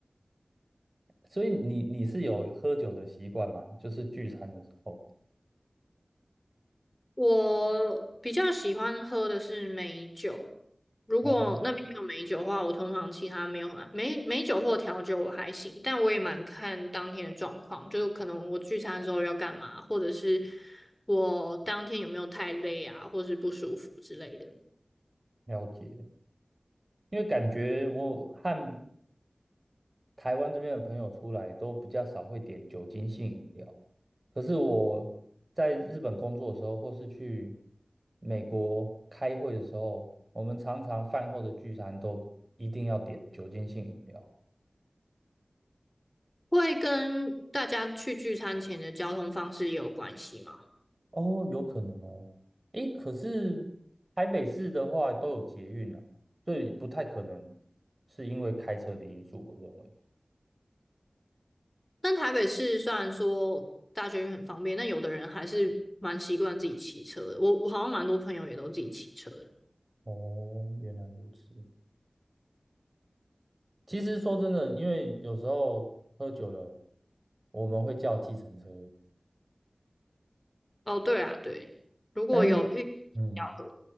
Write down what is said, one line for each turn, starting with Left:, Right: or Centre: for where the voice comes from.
Right: 所以你你是有喝酒的习惯吗？就是聚餐的时候，
Left: 我比较喜欢喝的是美酒，如果那边没有美酒的话，
Right: 哦，
Left: 我通常其他没有很爱美美酒或调酒我还行，但我也蛮看当天的状况，就是可能我聚餐的时候要干嘛，或者是我当天有没有太累啊，或是不舒服之类的，
Right: 了解。因为感觉我和台湾这边的朋友出来都比较少会点酒精性饮料，可是我在日本工作的时候，或是去美国开会的时候，我们常常饭后的聚餐都一定要点酒精性饮料。
Left: 会跟大家去聚餐前的交通方式也有关系嘛？
Right: 哦，有可能哦。诶，可是台北市的话都有捷运啊，所以不太可能是因为开车的因素，我认为。
Left: 但台北市虽然说大捷运很方便，但有的人还是蛮习惯自己骑车的，我我好像蛮多朋友也都自己骑车的。
Right: 哦，原来如此。其实说真的，因为有时候喝酒了，我们会叫计程车，
Left: 哦，对啊，对，如果有遇要喝，
Right: 但是嗯，